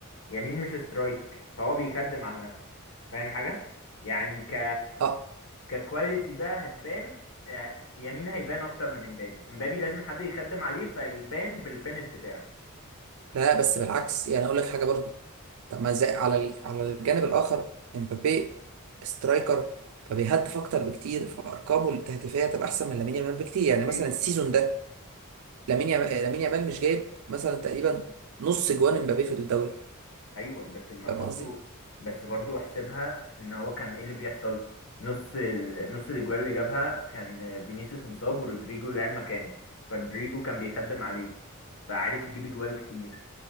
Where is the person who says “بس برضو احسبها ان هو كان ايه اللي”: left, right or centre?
Left